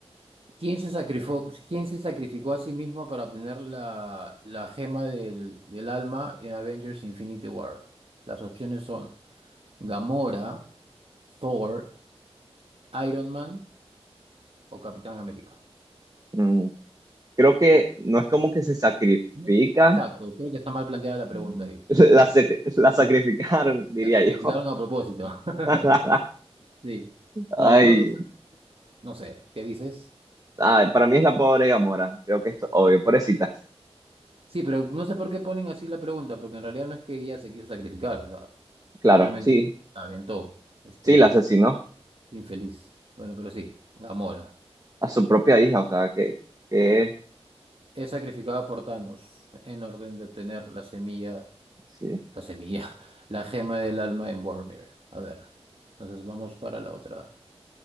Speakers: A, on the right; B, on the right.
A: ¿Quién se sacrificó, quién se sacrificó a sí mismo para obtener la, la gema del, del alma en Avengers Infinity War? Las opciones son Gamora, Thor, Iron Man o Capitán América.
B: Mm, creo que no es como que se sacrifica.
A: No, Exacto, creo que está mal planteada la pregunta
B: <laughs>
A: ahí, porque
B: La,
A: no es
B: sacri-
A: que
B: la sacrificaron, diría
A: la sacrificaron
B: yo.
A: a propósito. <laughs>
B: <laughs>
A: Sí. Bueno,
B: Ay,
A: creo que eso es- no sé, ¿qué dices?
B: ay, para mí es la pobre Gamora. Creo que esto, obvio, pobrecita.
A: Sí, pero no sé por qué ponen así la pregunta, porque en realidad no es que ella se quiso sacrificar, o sea,
B: Claro,
A: simplemente
B: sí,
A: la aventó, este
B: sí, la asesinó
A: infeliz. Bueno, pero sí, Gamora
B: a su propia hija. O sea, que, que,
A: es sacrificada por Thanos en orden de obtener la semilla,
B: sí.
A: la semilla, <laughs> la gema del alma en Vormir. A ver, entonces vamos para la otra.